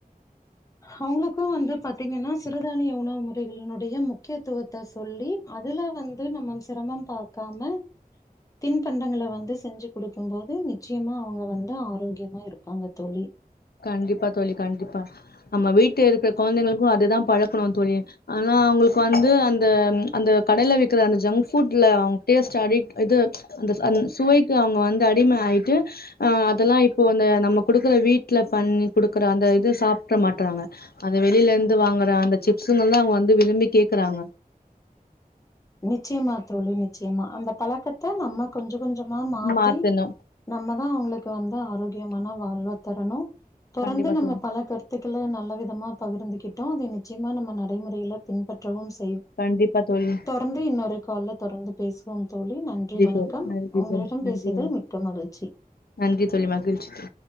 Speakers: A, on the left; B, on the left.
A: அவங்களுக்கு வந்து பாத்தீங்கன்னா சிறுதானிய உணவு முறைகளினுடைய முக்கியத்துவத்த சொல்லி அதுல வந்து நம்ம சிரமம் பாக்காம தின்பண்டங்கள வந்து செஞ்சு கொடுக்கும் போது நிச்சயமா அவங்க வந்து ஆரோக்கியமா இருப்பாங்க தோழி
B: கண்டிப்பா தோழி கண்டிப்பா நம்ம வீட்ல இருக்கிற கொழந்தைங்களுக்கு அதுதா பழக்கணு தோழி ஆனா அவங்ளுக்கு வந்து அந்த அந்த கடைல விக்கிற அந்த ஜங்க் ஃபுட்ல அவங்க டேஸ்ட் அடிக் இது அந்த அந்த சுவைக்கு அவங்க வந்து அடிம ஆயிட்டு அஹ் அதெல்லா இப்போ அந்த நம்ம குடுக்குற வீட் ட்ல பண்ணி குடுக்குற அந்த இது சாப்பிட மாட்டறாங்க அத வெளில இருந்து வாங்குற அந்த சிப்சுங்கெல்லா அவங்க வந்து விரும்பி கேக்குறாங்க
A: நிச்சயமா தோழி நிச்சயமா அந்த பழக்கத்த நம்ம கொஞ்சம் கொஞ்சமா மாத்தி
B: மாத்தணு
A: நம்ம தான் அவங்களுக்கு வந்து ஆரோக்கியமான வாழல்வ தரணும் தொடர்ந்து
B: கண்டிப்பா
A: நம்ம
B: தோழி
A: பல கருத்து த்துல நல்ல விதமா பகிர்ந்துகிட்டோ அது நிச்சயமா நம்ம நடைமுறையில பின்பற்றவு செ
B: கண்டிப்பா தோழி,
A: தொடர்ந்து இன்னொரு கால்ல தொடர்ந்து பேசுவோம் தோழி, நன்றி வணக்கம்,
B: தோழி நன்றி
A: உங்களிடம்
B: தோழி
A: பேசியதில்
B: நன்றி வணக்
A: மிக்க மகிழ்ச்சி
B: நன்றி தோழி மகிழ்ச்சி தோழி.